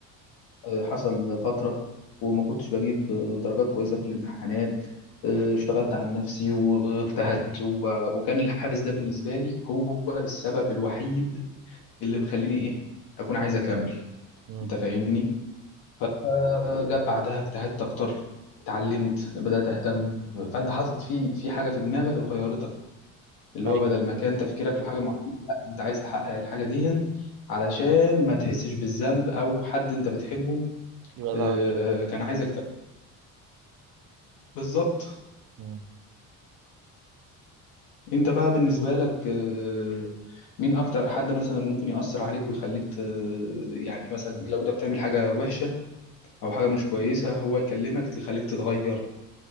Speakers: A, on the left; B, on the right.
A: آه، حصل فترة وما كنتش بجيب آه، درجات كويسة في الامتحانات آه، اشتغلت على نفسي واجتهدت و- وكان الحافز ده بالنسبة لي هو السبب الوحيد اللي مخليني ايه اكون عايز اكمل
B: تمام مم.
A: انت فاهمني آه، جاب بعدها اجتهدت اكتر اتعلمت بدأت اهتم فانت حاطط في في حاجة في دماغك غيرتك اللي
B: ايوه
A: هو بدل ما كان تفكيرك لحاجة معينة لا انت عايز تحقق الحاجة دي علشان ما تحسش بالذنب او حد انت بتحبه
B: يبقى
A: آه،
B: زعلان مني.
A: كان عايزك بالظبط
B: مم.
A: انت بقى بالنسبة لك آه، مين اكتر حد مثلا ممكن يأثر عليك ويخليك ت... يعني مثلا لو انت بتعمل حاجة وحشة او حاجة مش كويسة هو يكلمك تخليك تتغير